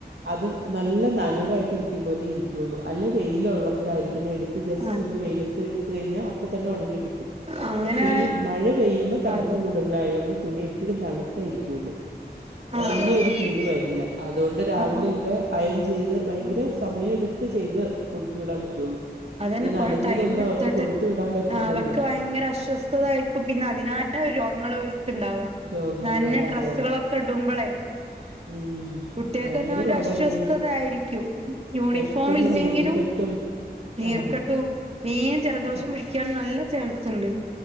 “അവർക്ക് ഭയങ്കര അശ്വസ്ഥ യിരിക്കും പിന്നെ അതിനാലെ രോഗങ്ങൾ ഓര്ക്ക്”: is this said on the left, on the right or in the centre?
Right